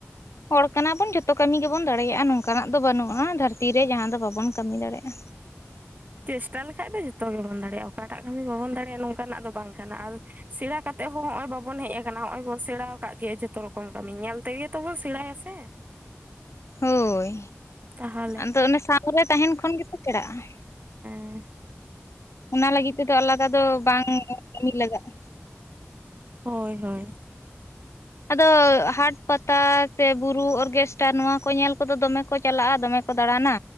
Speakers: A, on the left; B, on the right.
A: ᱦᱚᱲ ᱠᱟᱱᱟ ᱵᱚᱱ ᱡᱷᱚᱛᱚ ᱠᱟᱹᱢᱤ ᱜᱮᱵᱚᱱ ᱫᱟᱲᱮᱭᱟᱜᱼᱟ ᱱᱚᱝᱠᱟᱱᱟᱜ ᱫᱚ ᱵᱟᱹᱱᱩᱜᱼᱟ ᱫᱷᱟᱹᱨᱛᱤ ᱨᱮ ᱡᱟᱦᱟᱸ ᱫᱚ ᱵᱟᱵᱚᱱ ᱠᱟᱹᱢᱤ ᱫᱟᱲᱮᱭᱟᱜᱼᱟ᱾
B: ᱪᱮᱥᱴᱟ ᱞᱮᱠᱷᱟᱡ ᱫᱚ ᱡᱚᱛᱚ ᱜᱮᱵᱚᱱ ᱫᱟᱲᱮᱭᱟᱜᱼᱟ, ᱚᱠᱟᱴᱟᱜ ᱠᱟᱹᱢᱤ ᱵᱟᱵᱚᱱ ᱫᱟᱲᱮᱭᱟᱜᱼᱟ ᱱᱚᱝᱠᱟᱱᱟᱜ ᱫᱚ ᱵᱟᱝ ᱠᱟᱱᱟ ᱟᱨᱼᱼ ᱥᱮᱬᱟ ᱠᱟᱛᱮᱜ ᱦᱚᱸ ᱱᱚᱜ ᱚᱚᱭ ᱵᱟᱵᱚᱱ ᱦᱮᱡ ᱟᱠᱟᱱᱟ ᱱᱚᱸᱜᱼ ᱚᱭ ᱵᱚᱱ ᱥᱮᱬᱟ ᱟᱠᱟᱫ ᱜᱮᱭᱟ ᱡᱚᱛᱚ ᱨᱚᱠᱚᱢ ᱠᱟᱹᱢᱤ ᱧᱮᱞ ᱛᱮᱜᱮᱼᱼ ᱚ ᱛᱚᱵᱚᱱ ᱥᱮᱬᱟᱭᱟ ᱥᱮ ᱾
A: ᱦᱚᱭ,
B: ᱛᱟᱦᱚᱞᱮ
A: ᱟᱫᱚ ᱚᱱᱮ ᱥᱟᱶᱨᱮ ᱛᱟᱦᱮᱟᱸᱱ ᱠᱷᱚᱱ ᱜᱮᱛᱚ ᱥᱮᱲᱟᱜᱼᱟ ᱾
B: ᱦᱮᱸ
A: ᱚᱱᱟ ᱞᱟᱹᱜᱤᱫ ᱛᱮᱫᱚ ᱟᱞᱟᱫᱟ ᱫᱚ ᱵᱟᱝ ᱠᱟᱹᱢᱤ ᱞᱟᱜᱟᱜᱼᱟ ᱾
B: ᱦᱚᱭ ᱦᱚᱭ
A: ᱟᱫᱚ ᱦᱟᱴ ᱯᱟᱛᱟ, ᱥᱮ ᱵᱩᱨᱩ ᱚᱨᱜᱮᱥᱴᱟᱨ ᱱᱚᱣᱟ ᱠᱚ ᱧᱮᱞ ᱠᱚᱫᱚ ᱫᱚᱢᱮᱼᱼ ᱠᱚ ᱪᱟᱞᱟᱜᱼᱟ ᱫᱚᱢᱮ ᱠᱚ ᱫᱟᱬᱟᱱᱟ,